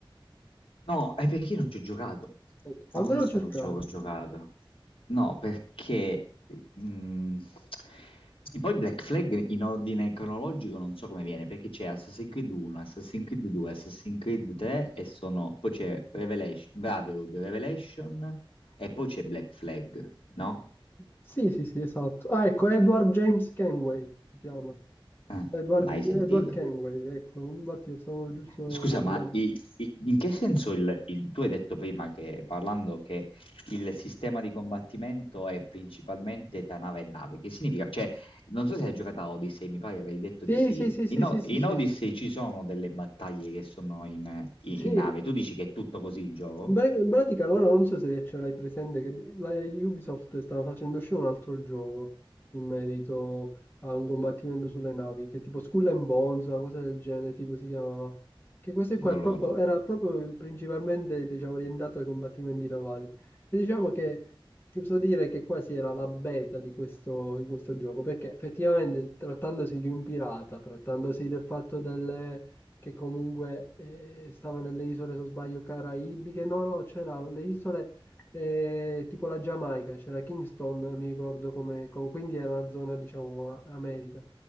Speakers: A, on the left; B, on the left.
A: No, è perché io non ci ho giocato.
B: Aspetta,
A: Te
B: Fammelo
A: l'avevo detto,
B: cercare.
A: non ci avevo giocato. No, perché... mm, sì, poi Black Flag in ordine cronologico non so come viene, perché c'è Assassin's Creed 1, Assassin's Creed 2, Assassin's Creed 3 e sono... Poi c'è Revelation, Brotherhood, Revelation e poi c'è Black Flag, no?
B: Sì, sì, sì, esatto. Ah, ecco, Edward James Kenway si chiama.
A: Ah,
B: Edward,
A: mai
B: Edward
A: sentito.
B: Kenway, ecco, infatti lo stavo giusto
A: Scusa,
B: guardando.
A: ma i- i- in che senso il, il- tu hai detto prima che parlando che il sistema di combattimento è principalmente tra nave e nave? Che significa? Cioè, non so se hai giocato a Odyssey, mi pare avevi detto
B: Sì,
A: di sì.
B: sì, sì, sì,
A: In, O-
B: sì, sì,
A: in
B: sì.
A: Odyssey ci sono delle battaglie che sono in, in-
B: Sì.
A: in nave. Tu dici che è tutto così il gioco?
B: In pra- in pratica loro non so se ce l'hai presente, che la Ubisoft stava facendo uscire un altro gioco in merito a un combattimento sulle navi, che è tipo Skull and Bones, una cosa del genere, tipo si chiamava. Che questo qua
A: Non
B: è proprio-
A: lo conosco.
B: era proprio principalmente, diciamo, orientato ai combattimenti navali. E diciamo che ti posso dire che quasi era la beta di questo, di questo gioco, perché effettivamente trattandosi di un pirata, trattandosi del fatto delle che comunque eh, stava nelle isole, se non sbaglio, caraibiche. No, no, c'era le isole eh, tipo la Giamaica, c'era Kingston, mi ricordo come, co- quindi era una zona, diciamo, a- America.